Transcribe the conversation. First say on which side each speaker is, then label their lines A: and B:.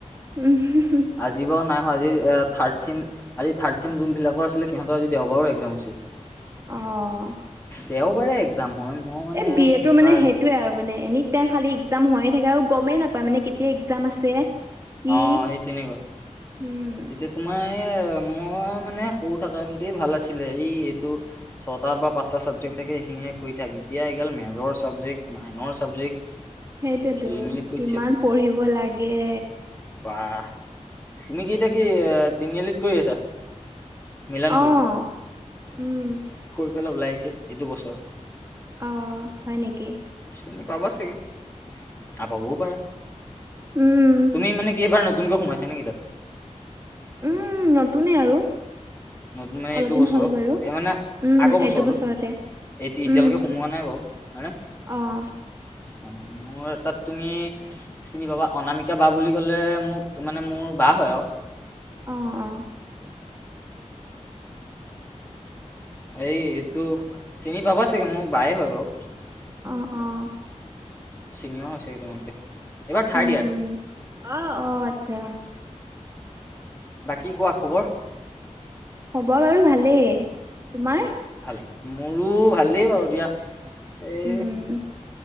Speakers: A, on the right; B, on the left.
A: উম।
B: আজি বাৰু নাই হ আজি থাৰ্ড চেম- আজি থাৰ্ড ছেম যোনবিলাকৰ আছিলে সিহঁতৰ আজি দেওবাৰো এক্জাম হৈছে।
A: আহ।
B: দেওবাৰে এক্জাম হয় মই মানে
A: বি এ
B: কিবা
A: তো মানে সেইটোয়ে আৰু মানে এনি টাইম খালি এক্সাম হয়ে থাকে আৰু গমেই নাপায় মানে কেতিয়া এক্জাম আছে। কি
B: অ সেই তেনেুৱা
A: উম,
B: এতিয়া তোমাৰ এ মই মানে সৰু থাকতে ভাল আছিলে এই এইটো ছটা বা পাঁচটা চাবজেক্ট থাকে এইখিনিয়ে কৰি থাক এতিয়া এগাল মেজৰ চাবজেক্ট মাইনৰ চাবজেক্ট।
A: সেইটোতো
B: এই খেলি মেলি কৰি
A: ইমান পঢ়িব লাগে।
B: বাহ তুমি কি এতিয়া কি তিনিআলিত ঘুই আছা। মিলনপুৰ
A: আহ উম।
B: প ওলাই আহিছে এইটো বছৰ।
A: অ হয় নেকি।
B: চিনি পাবা চাগে আৰু পাবও পাৰা
A: উম,
B: তুমি মানে কি এবাৰ নতুন নতুনকৈ সোমাইছে নেকি তাত।
A: উম নতুনে আৰু।
B: নতুন মানে
A: অলপ
B: এইটো
A: দিন
B: বছৰৰ
A: হ'ল বাৰু।
B: এই মানে
A: উম,
B: আগৰ বছৰটোত।
A: এইটো বছৰতে
B: এ এতিয়ালৈকে
A: উম,
B: সোমোৱা নাই বাৰু হয়নে
A: অ',
B: অ মোৰ তাত তুমি চিনি পাবা অনামিকা বা বুলি ক'লে মোক মানে মোৰ বা হয় আৰু।
A: অঁ অঁ।
B: এই এইটো চিনি পাব চাগে মোৰ বায়ে হয় বাৰু।
A: আহ আহ।
B: চিনিয় হৈছে হি তোমাতকে এইবাৰ থাৰ্ড
A: উম
B: ইয়াৰ
A: উম অ অ আচ্ছা
B: বাকী কোৱা খবৰ
A: মৰ বাৰু ভালেই তোমাৰ
B: ভাল মোৰো ভালেই বাৰু দিয়া এই
A: উম,